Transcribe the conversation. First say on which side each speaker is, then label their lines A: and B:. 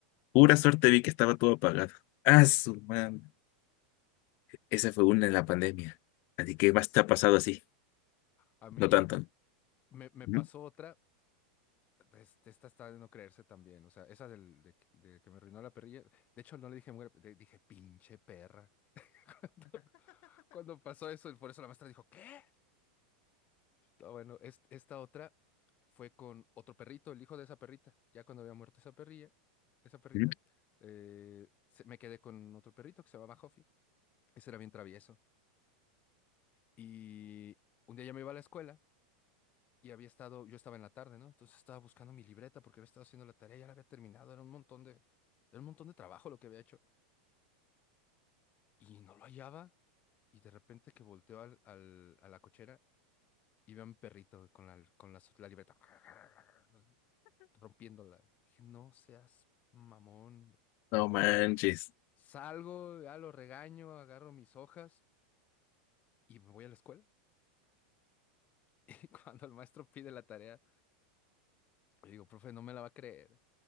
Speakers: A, on the left (about 50°); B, on the left (about 35°).
A: Pura suerte vi que estaba todo apagado. Ah, su man. Esa fue una en la pandemia. Así que más te ha pasado así.
B: A mí
A: No tanto. ¿no?
B: me, me pasó
A: Ujú,
B: otra. Este, esta está de no creerse también. O sea, esa del, de, que de que me arruinó la perrilla. De hecho, no le dije mujer, le dije pinche perra. <laughs> Cuando pasó eso, y por eso la maestra dijo, ¿qué? Ah, Bueno, es- esta otra fue con otro perrito, el hijo de esa perrita. Ya cuando había muerto esa perrilla, esa perrita,
A: ujú.
B: eh, se- me quedé con otro perrito que se llamaba Huffy. Ese era bien travieso. Y un día ya me iba a la escuela y había estado, yo estaba en la tarde, ¿no? Entonces estaba buscando mi libreta porque había estado haciendo la tarea, ya la había terminado, era un montón de, era un montón de trabajo lo que había hecho. Y no lo hallaba y de repente que volteo al, al- a la cochera y veo a mi perrito con la, con la, la libreta. <laughs> rompiéndola. Dije, no seas mamón. güey".
A: No manches.
B: Salgo, ya lo regaño, agarro mis hojas y me voy a la escuela. <laughs> Y cuando el maestro pide la tarea, le digo, profe, no me la va a creer.